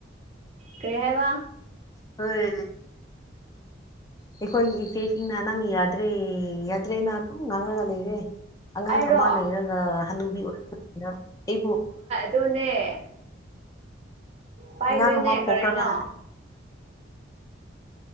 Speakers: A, on the right; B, on the left.
A: ꯀꯩ ꯍꯥꯏꯕ
B: ꯍꯣꯏ ꯑꯩꯈꯣꯏ ꯏꯆꯦ ꯏ ꯅꯅꯥꯪ ꯌꯥꯗ꯭ꯔꯦ ꯌꯥꯗ꯭ꯔꯦ ꯅ ꯉꯥꯡꯥꯒꯂ ꯏꯔꯦ ꯑꯉꯥꯡ
A: ꯑꯩꯔꯣ
B: ꯑꯃ ꯂꯩꯔꯒ ꯍꯅꯨꯕꯤ ꯑꯣꯏꯅꯤꯅ ꯑꯩꯕꯨ
A: ꯗꯨꯅꯦ ꯄꯥꯏꯗꯣꯏꯅꯦ
B: ꯑꯉꯥꯡ ꯑꯃ ꯄꯣꯛꯈ꯭ꯔꯒ
A: ꯀꯔꯤꯅꯣ